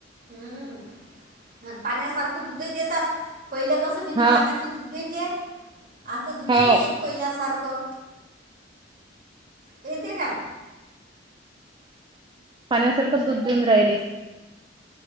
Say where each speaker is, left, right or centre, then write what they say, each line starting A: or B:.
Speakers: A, on the right; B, on the right.
A: हम्म पाण्यासारखं दुधही देतात. पहिलं कसं बिना
B: हा
A: पाण्याचं दूध देते, आता दूधही
B: हो
A: नाही येत पहिल्यासारखं येते काय?
B: पाण्यासारखं दूध देऊन राहिले.